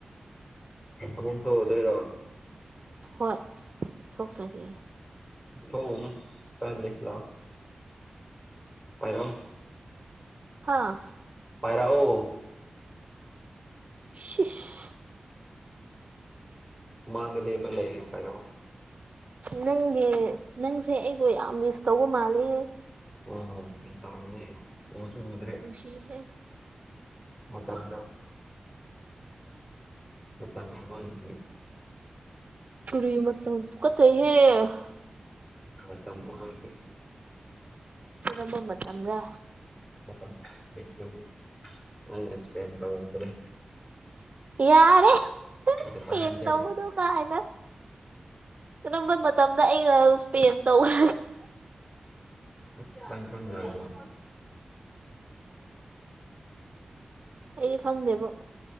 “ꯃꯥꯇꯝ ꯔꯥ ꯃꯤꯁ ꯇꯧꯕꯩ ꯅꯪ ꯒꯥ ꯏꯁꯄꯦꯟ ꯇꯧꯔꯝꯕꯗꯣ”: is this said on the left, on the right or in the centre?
Left